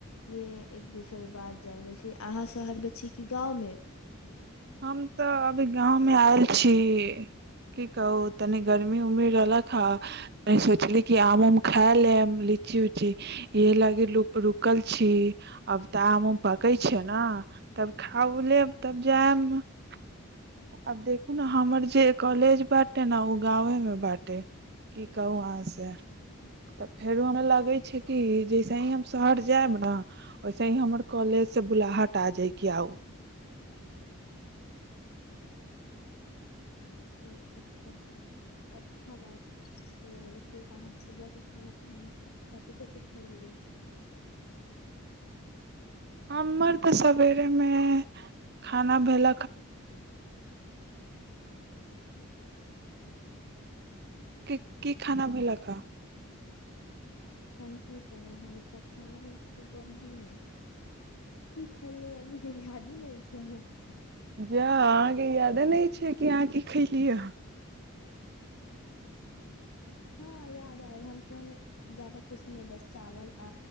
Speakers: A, on the left; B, on the right.
A: उएह एक दूसर बाद जायब वैसे अहाँ शहरमे छी कि गाँवमे
B: हम तऽ अभी गाँवमे आयल छी की कहू तनी गर्मी उर्मी रहलक ह तनी सोचली कि आम उम खा लेहम लीची उची इहे लागी रुकल छी अब तऽ आम उम पकैत छै न तब खा उ लेब तब जायब आब देखू ने हमर जे कॉलेज बाटे ने ओ गाँववेमे बाटे की कहू अहाँ से तऽ फेरो हमरा लगै छै कि जैसे ही हम शहर जायब न वैसे ही हमर कॉलेजसँ बुलाहट आ जायके आउ
A: ओ सभ तऽ अच्छा बात छै वैसे अहाँ सुबहके खाना पीनामे कथि कथि खयली ह
B: हमर तऽ सवेरेमे खाना भेल कि कि खाना भेलक ह
A: हम की कहू हम तऽ खल सुबहमे की खैले रहली है यादे नहि छै हमरा
B: जा अहाँके यादे नहि छै कि अहाँ की खेलियै
A: हँ याद आय रह हमसबमे ज्यादा कुछ नहि बस चावल आ